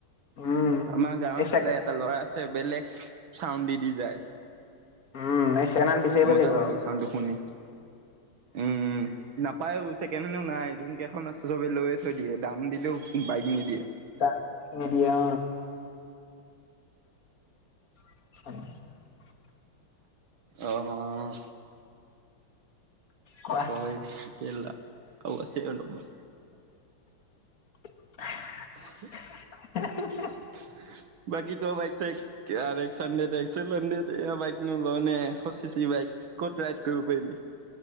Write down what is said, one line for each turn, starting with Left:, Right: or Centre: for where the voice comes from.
Left: উম
Right: আমাৰ গাঁওৰ
Left: এই চেকে
Right: ফালে এটা ল'ৰা আছে। বেলেগ চাউণ্ড দি দি যায়।
Left: উম এই ছেকেণ্ড হেণ্ড বিচাৰিব
Right: মজা
Left: লাগিব
Right: লাগে চাউনটো শুনি উম নাপায়ো। চেকেনহেড্ নাই যোন কেইখন আছে চবে লৈয় থৈ দিয়ে দাম দিলেও বাইক নিদিয়ে।
Left: এ নডিয়া <unintelligible>
Right: আহ
Left: কোৱা
Right: হয়। এলা <unintelligible>
Left: <unintelligible>
Right: <unintelligible>
Left: <unintelligible>
Right: <unintelligible>